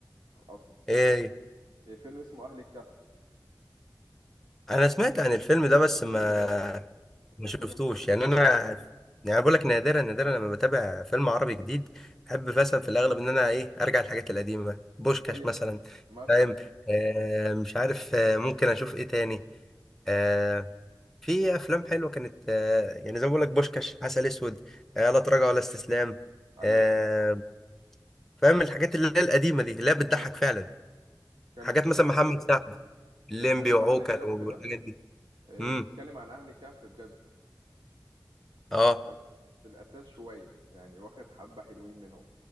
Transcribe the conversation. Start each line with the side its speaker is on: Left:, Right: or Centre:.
Right: اصلا
Centre: ايه
Right: إيه فيلم اسمه اهل الكهف
Centre: انا سمعت عن الفيلم ده بس
Right: الفيلم
Centre: ما
Right: جامد الفيلم
Centre: ما شفتوش
Right: جامد قوي
Centre: يعني انا يعني بقول لك نادرا نادرا لما بتابع فيلم عربي جديد بحب مثلا في الاغلب ان انا ايه ارجع للحاجات القديمه بوشكاش
Right: ايوه
Centre: مثلا
Right: مثلا
Centre: فاهم آه مش عارف آه ممكن اشوف ايه تاني آه، في افلام حلوه كانت آه، يعني زي ما بقول لك بوشكاش عسل اسود آه، لا تراجع ولا استسلام
Right: ايوه
Centre: آه،
Right: فاهم
Centre: فاهم الحاجات اللي هي القديمه دي اللي هي بتضحك
Right: اه
Centre: فعلا
Right: كان
Centre: حاجات
Right: فيلم
Centre: مثلا محمد
Right: ف- ف-
Centre: سعد الليمبي
Right: كان فيلم
Centre: وعوكل
Right: اهل الكهف
Centre: والحاجات
Right: ده
Centre: دي
Right: آه،
Centre: امم
Right: بيتكلم عن اهل الكهف بجد
Centre: اه
Right: اساسا في الاساس شويه يعني واخد حبه حلوين منهم